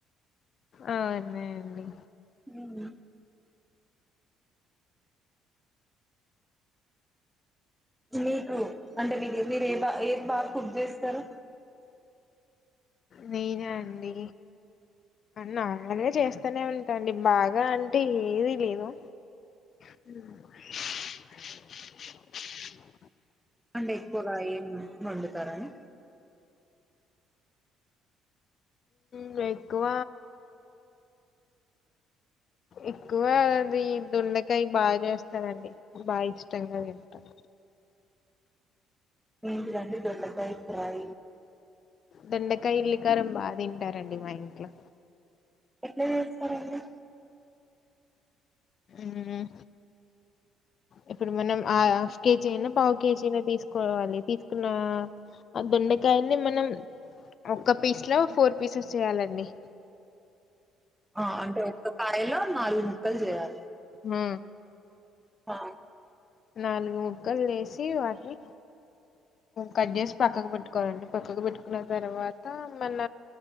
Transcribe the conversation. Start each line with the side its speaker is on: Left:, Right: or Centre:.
Left: అవునా అండి
Centre: మ్ మీకు అంటే మీరు ఏ బా ఏది బా కుక్ చేస్తారు
Left: నేనా అండి నార్మల్గా చేస్తానే ఉంటాఅండి బాగా అంటే ఏదీ లేదు మ్
Centre: అంటే ఎక్కువగా ఏం వండుతారని
Left: మ్ ఎక్కువ ఎక్కువ అది దొండకాయ బాగా చేస్తానండి బా ఇష్టంగా తింటారు
Centre: ఏంటిదండి దొండకాయి ఫ్రై
Left: దొండకాయ ఇల్లికారం బాగా తింటారండి మా ఇంట్లో
Centre: ఎట్లా చేస్తరండి
Left: మ్ ఇప్పుడు మనం ఆ కేజీ అయినా పావు కేజీ అనా తీసుకోవాలి తీసుకున్న ఆ దొండకాయని మనం ఒక్క పీస్ లో ఫోర్ పీసెస్ చేయాలండి
Centre: ఆ అంటే ఒక కాయలో నాలుగు ముక్కల్ చేయాలి
Left: మ్
Centre: ఆ
Left: నాలుగు ముక్కలు చేసి వాటిని కట్ చేసి పక్కకు పెట్టుకోవాలండి పక్కకు పెట్టుకున్న తర్వాత మన